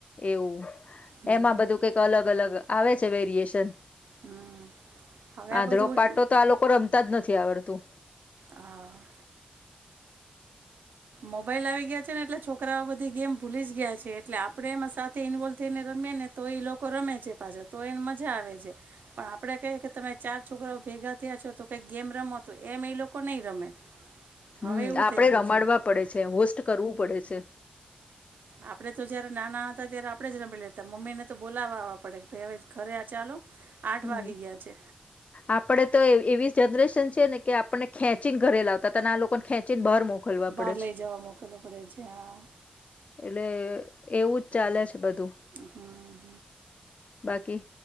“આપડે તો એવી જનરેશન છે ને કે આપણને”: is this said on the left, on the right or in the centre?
Left